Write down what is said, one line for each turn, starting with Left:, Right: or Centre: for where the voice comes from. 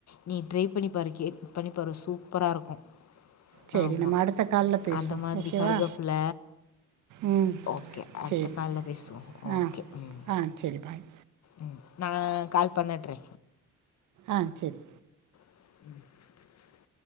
Left: நீ ட்ரை பண்ணி பாரு கேக் பண்ணிப்பாரு சூப்பராருக்கு
Right: சேரி
Left: ஆமா
Right: நம்ம அடுத்த கால்ல பேசுவோ
Left: அந்த மாதிரி
Right: ஓகேவா
Left: கருகப்பில
Right: ம்
Left: ஓகே அடுத்த
Right: சேரி
Left: கால்ல பேசுவோ ஓகே
Right: ஆ
Left: ம்
Right: ஆ சேரி பாய்
Left: ம் நா கால் பண்ணட்றே
Right: ஆ சரி
Left: ம்